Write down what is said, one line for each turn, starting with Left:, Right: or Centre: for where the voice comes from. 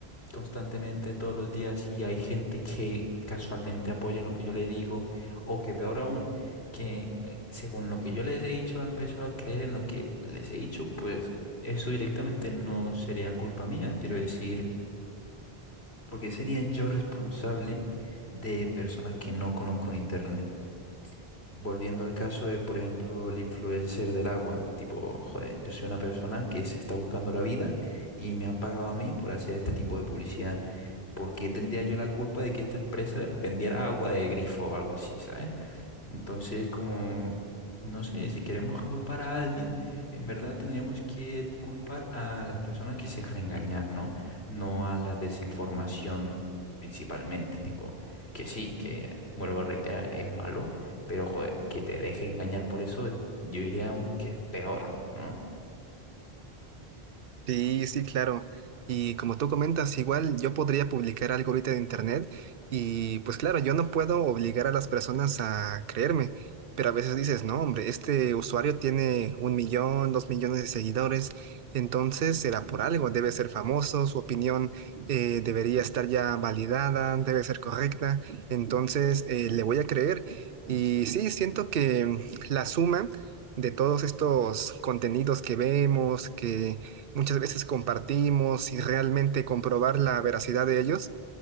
Left: constantemente todos los días y hay gente que casualmente apoya en lo que yo le digo, o que peor aún, que eh, según lo que yo les he dicho, empezó a creer en lo que les he dicho, pues eso directamente no sería culpa mía. Quiero decir, ¿por qué sería yo responsable de personas que no conozco en internet? Volviendo al caso de, por ejemplo, el influencer del agua, tipo, joder, yo soy una persona que se está buscando la vida y me han pagado a mí por hacer este tipo de publicidad. ¿Por qué tendría yo la culpa de que esta empresa vendiera agua de grifo o algo así, ¿sabes? Entonces, como, no sé, si queremos culpar a alguien, en verdad tendríamos que culpar a las personas que se dejan engañar, ¿no? No a la desinformación principalmente, tipo, que sí, que, vuelvo a reiterar, es malo, pero joder, que te deje engañar por eso, es- yo diría aún que es peor, ¿no?
Right: Sí, sí, claro. Y como tú comentas, igual yo podría publicar algo ahorita de internet y pues claro, yo no puedo obligar a las personas a creerme, pero a veces dices, no, hombre, este usuario tiene un millón, dos millones de seguidores, entonces será por algo, debe ser famoso, su opinión eh, debería estar ya validada, debe ser correcta, entonces eh, le voy a creer. Y sí, siento que la suma... de todos estos contenidos que vemos, que muchas veces compartimos y realmente comprobar la veracidad de ellos,